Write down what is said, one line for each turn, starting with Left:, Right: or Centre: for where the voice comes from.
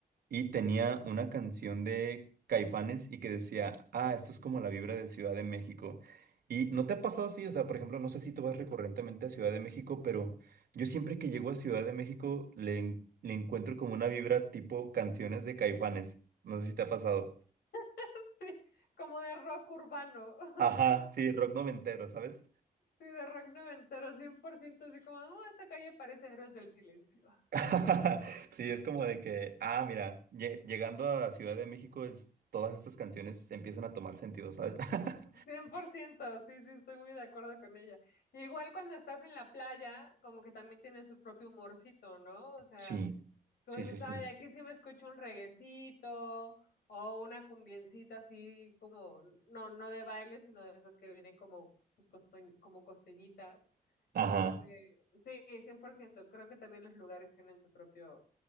Right: y tenía una canción de Caifanes y que decía, ah, esto es como la vibra de Ciudad de México. Y no te ha pasado así, o sea, por ejemplo, no sé si tú vas recurrentemente a Ciudad de México, pero yo siempre que llego a Ciudad de México le, en- le encuentro como una vibra tipo canciones de Caifanes. No sé si te ha pasado.
Left: <laughs> Sí, como de rock urbano, <laughs> o
Right: Ajá,
Left: sea,
Right: sí, rock noventero, ¿sabes?
Left: sí, de rock noventero, 100%, así como, "Oh, esta calle parece Héroes del Silencio.
Right: <laughs> Sí, es como de que, ah, mira, lle- llegando a Ciudad de México, es, todas estas canciones empiezan a tomar sentido, ¿sabes? <laughs>
Left: cien por ciento sí, sí, estoy muy de acuerdo con ella. Igual cuando estás en la playa, como que también tiene su propio humorcito, ¿no? O sea,
Right: Sí,
Left: como
Right: sí,
Left: dices,
Right: sí, sí.
Left: ay, aquí sí me escucho un reguecito o una cumbiencita así como, no, no de baile, sino de esas que vienen como, pues, costo- como costeñitas.
Right: Ajá.
Left: Este, sí, cien por ciento Creo que también los lugares tienen su propio,